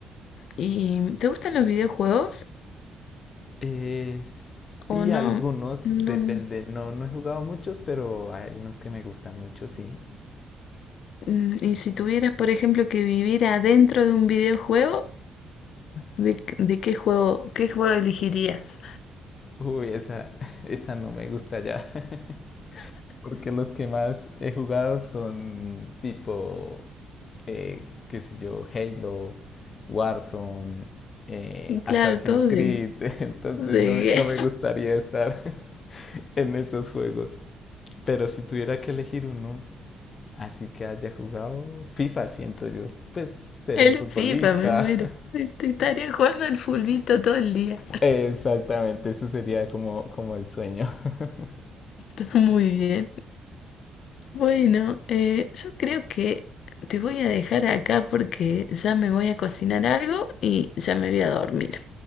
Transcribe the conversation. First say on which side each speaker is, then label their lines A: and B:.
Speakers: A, on the left (about 70°); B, on the left (about 45°).
A: ¿Y te gustan los videojuegos
B: Eh, sí,
A: o no?
B: algunos,
A: No.
B: depende. No, no he jugado muchos, pero hay unos que me gustan mucho, sí.
A: Mm, Y si tuvieras, por ejemplo, que vivir adentro de un videojuego, ¿de, de qué juego, qué juego elegirías?
B: Uy, esa, <laughs> esa no me gusta ya. <laughs> Porque los que más he jugado son tipo, eh, qué sé yo, Halo, Warzone, eh,
A: Claro,
B: Assassin's
A: todo
B: Creed.
A: de,
B: <laughs> Entonces
A: de
B: no me, no me gustaría estar <laughs> en esos juegos. Pero si tuviera que elegir uno, Así que haya jugado FIFA, siento yo. Pues ser
A: El
B: un futbolista.
A: FIFA, me muero. Este, Estaría jugando al fulbito todo el día.
B: <laughs> Exactamente, eso sería como, como el sueño. <laughs>
A: <laughs> Muy bien. Bueno, eh, yo creo que te voy a dejar acá porque ya me voy a cocinar algo y ya me voy a dormir.